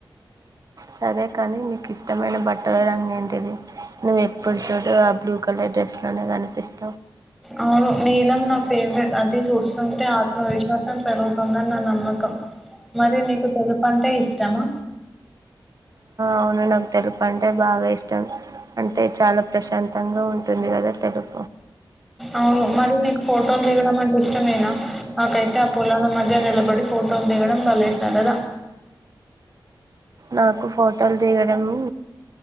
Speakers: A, on the right; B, in the centre.
A: సరే కానీ నీకు ఇష్టమైన బట్టల రంగ ఏంటిది నువ్వు ఎప్పుడు చూడు ఆ బ్లూ కలర్ డ్రెస్ లోనే కనిపిస్తా
B: అవును నీలం నా ఫేవరెట్ అది చూస్తుంటే ఆత్మవిశ్వాసాం రూపంన్న నమ్మకం మరి నీకు తెలుపు అంటే ఇష్టము
A: అవును నాకు తెలుపు అంటే బాగా ఇష్టం అంటే చాలా ప్రశాంతంగా ఉంటుంది కదా తెలుపు
B: అవును మరి నీకు ఫోటోలు దిగడం అంటే ఇష్టమేనా నాకైతే ఆ పొలాల మధ్య ఇదే మల బడి ఫోటో అ తేగడం బలస్తారదా
A: నాకు ఫోటోలు దిగడంము